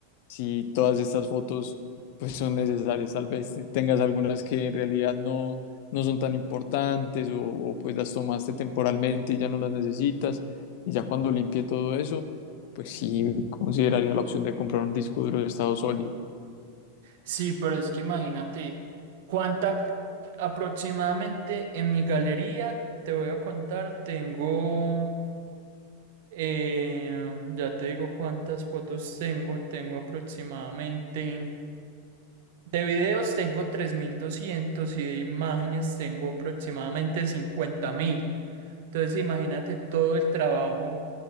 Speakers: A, on the left (about 50°); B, on the right (about 50°).
A: si todas estas fotos pues son necesarias. Tal vez tengas algunas que en realidad no, no son tan importantes o, o, pues las tomaste temporalmente y ya no las necesitas. Y ya cuando limpie todo eso, pues sí consideraría la opción de comprar un disco duro de estado sólido.
B: Sí, pero es que imagínate cuánta c- aproximadamente en mi galería, te voy a contar, tengo, eh, ya te digo cuántas fotos tengo, tengo aproximadamente. De videos tengo 3.200 y de imágenes tengo aproximadamente cincuenta mil Entonces imagínate todo el trabajo